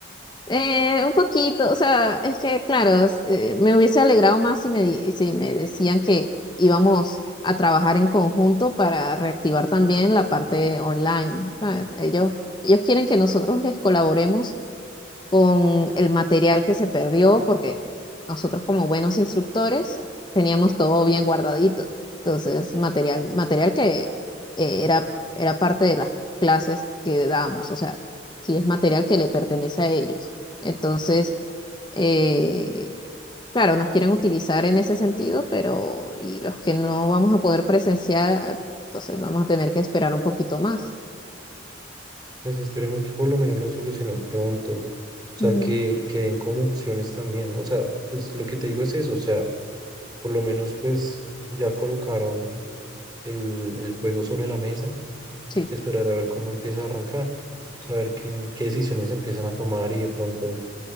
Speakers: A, on the left; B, on the right.
A: Eh, un poquito, o sea, es que claro, s- eh, me hubiese alegrado más si me, di- si me decían que íbamos a trabajar en conjunto para reactivar también la parte online, ¿sabes? Ellos, ellos quieren que nosotros les colaboremos con el material que se perdió, porque nosotros como buenos instructores teníamos todo bien guardadito. Entonces, material, material que eh, era, era parte de las clases que damos, o sea, si es material que le pertenece a ellos. Entonces, eh, claro, nos quieren utilizar en ese sentido, pero y los que no vamos a poder presenciar, entonces vamos a tener que esperar un poquito más.
B: Pues esperemos que por lo menos lo solucionen pronto. O sea,
A: Ujú,
B: que, que den como opciones también. O sea, pues lo que te digo es eso. O sea, por lo menos pues ya colocaron el, el juego sobre la mesa.
A: Sí.
B: Esperar a ver cómo empieza a arrancar. Saber qué, qué decisiones empiezan a tomar y de pronto